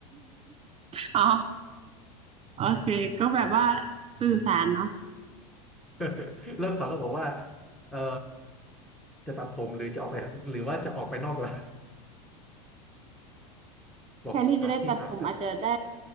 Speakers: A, on the right (about 30°); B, in the centre.
A: อะอ๋อโอเคก็แบบว่าสื่อสารเนาะ
B: <laughs> แล้วเขาก็บอกว่าเออจะตัดผมหรือจะออกไปหรือว่าจะออกไปนอกล่ะบอกตัดพี่ตัดตัด
A: แทนที่จะได้ตัดผมอาจจะได้